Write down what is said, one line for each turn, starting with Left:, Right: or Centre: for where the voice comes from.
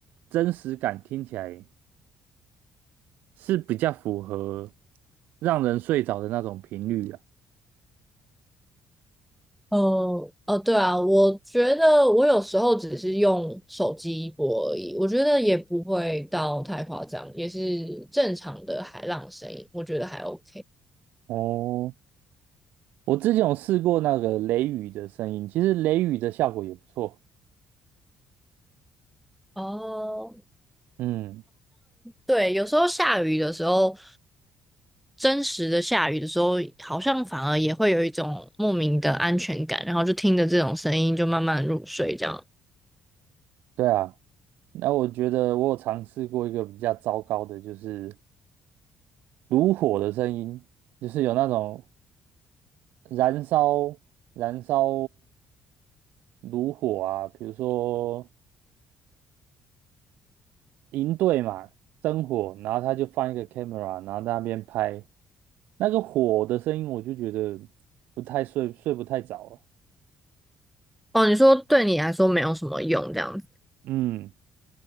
Right: 真实感听起来是比较符合让人睡着的那种频率啊。
Centre: 呃呃，对啊，我觉得我有时候只是用手机播而已，我觉得也不会到太夸张，也是正常的海浪声音，我觉得还 OK。
Right: 哦，我之前有试过那个雷雨的声音，其实雷雨的效果也不错。
Centre: 哦，
Right: 嗯，
Centre: 对，有时候下雨的时候，真实的下雨的时候，好像反而也会有一种莫名的安全感，然后就听着这种声音就慢慢入睡这样。
Right: 对啊。那我觉得我有尝试过一个比较糟糕的，就是炉火的声音，就是有那种燃烧燃烧炉火啊，比如说营队嘛，生火，然后他就放一个 camera，然后在那边拍那个火的声音，我就觉得不太睡睡不太着啊。
Centre: 哦，你说对你来说没有什么用这样子。
Right: 嗯。